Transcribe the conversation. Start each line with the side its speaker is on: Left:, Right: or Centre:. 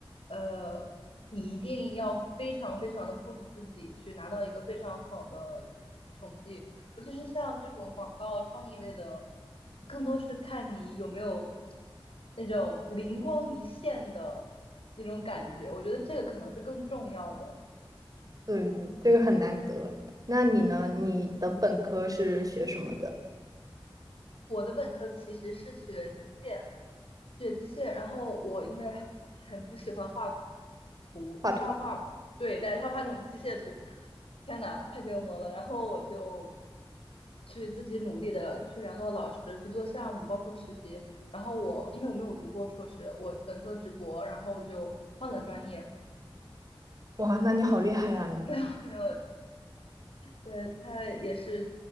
Left: 呃，你一定要非常非常的 push 自己去拿到一个非常好的成绩，尤其是像这种广告创意类的，更多是看你有没有那种灵光一现的那种感觉，我觉得这个可能是更重要的。
Right: 对，这个很难得。那你呢？你的本科是学什么的？
Left: 我的本科其实是学机械，学机械，然后我因为很不喜欢画图，因为他要画，
Right: 画图。
Left: 对，但是他要画那种机械图，天呐，太折磨了。然后我就去自己努力的去联络老师，去做项目，包括实习。然后我因为我没有读过硕士，我本科直博，然后就换了专业，
Right: 哇，那你好厉害啊！你
Left: 没有没有对，他也是